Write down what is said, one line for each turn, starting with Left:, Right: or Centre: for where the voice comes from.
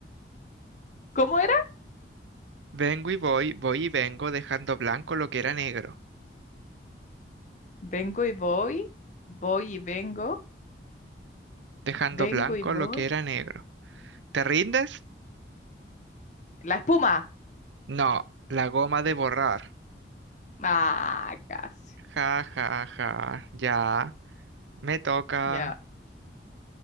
Left: ¿cómo era?
Right: Vengo y voy, voy y vengo, dejando blanco lo que era negro,
Left: Vengo y voy, voy y vengo,
Right: dejando
Left: vengo
Right: blanco
Left: y voy,
Right: lo que era negro. ¿Te rindes?
Left: la espuma,
Right: No, la goma de borrar.
Left: ah, casi,
Right: Ja, ja, ja, ya, me toca.
Left: ya.